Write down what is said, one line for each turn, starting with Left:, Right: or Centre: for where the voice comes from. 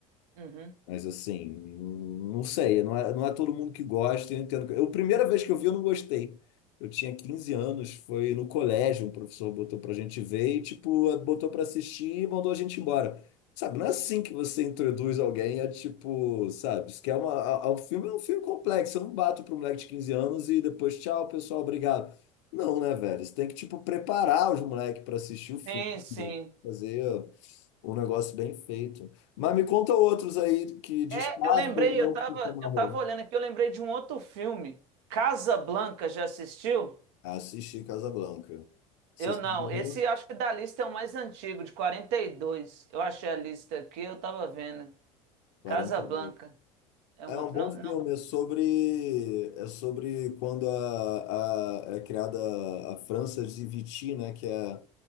Right: Uhum.
Left: Mas assim, não sei, não é, não é todo mundo que gosta, eu entendo. que- Eu, a primeira vez que eu vi, eu não gostei. Eu tinha 15 anos, foi no colégio, um professor botou pra gente ver e, tipo, botou pra assistir e mandou a gente embora. Sabe, não é assim que você introduz alguém, é tipo, sabe, isso que é uma, a- a- um filme, é um filme complexo, eu não bato pro moleque de 15 anos e depois, tchau, pessoal, obrigado. Não, né, velho? Você tem que, tipo, preparar os moleques pra assistir o filme,
Right: Sim, sim.
Left: fazer. Um negócio bem feito. Mas me conta outros aí que destaque
Right: É, eu lembrei,
Left: ou não
Right: eu tava,
Left: que você amarrou.
Right: eu tava olhando aqui, eu lembrei de um outro filme. Casa Blanca, já assistiu?
Left: Assisti Casablanca. Você
Right: Eu
Left: se
Right: não.
Left: amarrou?
Right: Esse acho que da lista é o mais antigo, de 42. Eu achei a lista aqui, eu tava vendo.
Left: 42.
Right: Casa Blanca é
Left: É
Right: um outro.
Left: um bom
Right: Não,
Left: filme,
Right: não.
Left: é sobre, é sobre quando a, a, é criada a França de Vichy, né? Que é